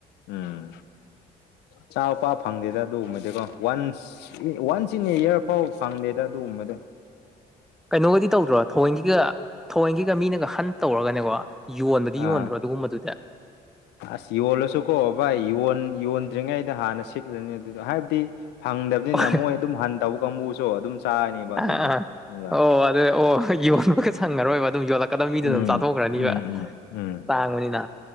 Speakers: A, on the left (about 85°); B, in the centre.
A: ꯎꯝ ꯆꯄꯥ ꯐꯪꯗꯦꯗ ꯑꯗꯨꯒꯨꯝꯕꯗꯤꯀꯣ ꯋꯥꯟꯁ ꯋꯥꯟꯁ ꯏꯟ ꯑꯦ ꯏꯌꯥꯔ ꯐꯥꯎꯕ ꯐꯪꯗꯦꯗ ꯑꯗꯨꯒꯨꯝꯕꯗ
B: ꯀꯩꯅꯣꯒꯗꯤ ꯇꯧꯗ꯭ꯔꯣ ꯊꯑꯣꯏꯟꯒꯤꯒ ꯊꯑꯣꯏꯟꯒꯤꯒ ꯃꯤꯅꯒ ꯍꯟ ꯇꯧꯔꯒꯅꯦꯕꯣ ꯌꯣꯟꯕꯗꯤ
A: ꯑꯥ
B: ꯌꯣꯟꯗ꯭ꯔꯣ ꯑꯗꯨꯒꯨꯝꯕꯗꯨꯗꯤ
A: ꯑꯁ ꯌꯣꯜꯂꯁꯨꯀꯣ ꯚꯥꯏ ꯌꯣꯟ ꯌꯣꯟꯗ꯭ꯔꯤꯉꯩꯗ ꯍꯥꯟꯅ ꯁꯤꯠꯂꯅꯤ ꯑꯗꯨꯗ ꯍꯥꯏꯕꯗꯤ ꯐꯪꯗꯕꯅꯤꯅ
B: ꯑꯥ
A: ꯃꯣꯏ ꯑꯗꯨꯝ ꯍꯟ ꯇꯧꯕ ꯀꯥꯡꯕꯨꯁꯨ ꯑꯗꯨꯝ ꯆꯥꯔꯅꯦꯕ
B: ꯑꯥ
A: ꯑꯗꯨꯗꯤ
B: ꯑꯥ
A: ꯈꯪꯕ꯭ꯔꯥ
B: ꯑꯣ ꯑꯗꯨ ꯑꯣ ꯌꯣꯟꯕꯒ ꯁꯪꯉꯔꯣꯏꯕ ꯑꯗꯨꯝ ꯌꯣꯂ ꯀꯗꯕ ꯃꯤꯗꯨ
A: ꯎꯝ
B: ꯑꯗꯨꯝ ꯆꯥꯊꯣꯛꯈ꯭ꯔꯅꯤꯕ
A: ꯎꯝ ꯎꯝ ꯎꯝ
B: ꯇꯥꯡꯕꯅꯤꯅ